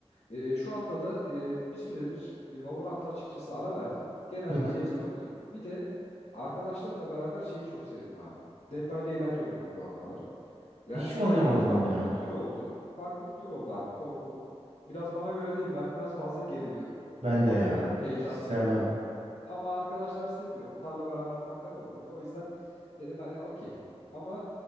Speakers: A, on the left (about 80°); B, on the right (about 75°).
A: Ee, şu anda da e, bir süredir e, Valorant'a açıkçası ara verdim. Genelde
B: Hı hı.
A: CS oynuyorum. Bir de arkadaşlarımla beraber şeyi çok sevdim abi. Dead by Daylight oynuyorum bu aralar. Yani
B: Hiç
A: bir
B: oynamadım
A: farklı
B: onu ya.
A: bir tür oldu. Farklı bir tür oldu abi korku. Biraz bana göre değil. Ben biraz fazla geriliyorum.
B: Ben
A: Fazla
B: de ya.
A: heyecanlanıyorum.
B: Hiç sevmem.
A: o. Ama arkadaşlar seviyor. Onlarla beraber makara oluyor. O yüzden dedim hani okey. Ama